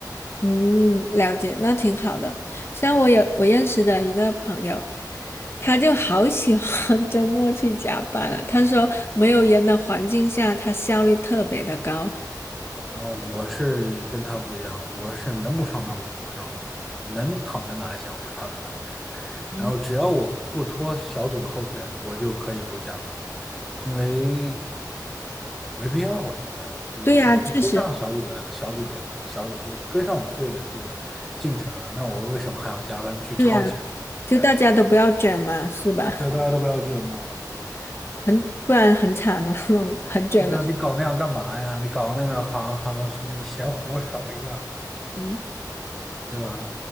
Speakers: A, on the left (about 35°); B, in the centre.
A: 嗯，了解，那挺好的。像我有我认识的一个朋友，他就好喜欢 <laughs> 周末去加班了。他说，没有人的环境下，他效率特别的高。
B: 啊、我是跟他不一样，我是能不上班我就不上班，能躺着拿钱我就躺着拿钱，
A: 嗯，
B: 然后只要我不拖小组的后腿，我就可以不加班。因为没必要，我觉得我我都跟上小组的小组的小组，
A: 对呀，确实，
B: 我跟上我们队的这个进程了，那我为什么还要加班去超前？
A: 对呀，就大家都不要卷嘛，是吧？
B: 对，大家都不要卷嘛。
A: <laughs> 很，不然很惨的 <laughs> 那种，很卷的
B: 对啊，你搞那样干嘛呀？你搞那样好像好像是你嫌活少一样，
A: <laughs>。嗯，
B: 对吧？